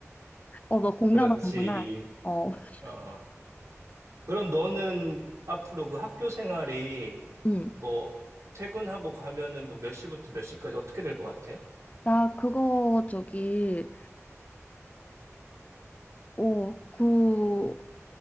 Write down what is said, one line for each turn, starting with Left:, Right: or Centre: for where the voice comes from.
Left: 어, 너 공감하는구나.
Right: 그렇지.
Left: 어, <laughs>
Right: 어. 그럼 너는 앞으로 그 학교 생활이
Left: 음.
Right: 뭐 퇴근하고 가면은 뭐 몇 시부터 몇 시까지 어떻게 될 것 같아?
Left: 나 그거 저기, 어, 그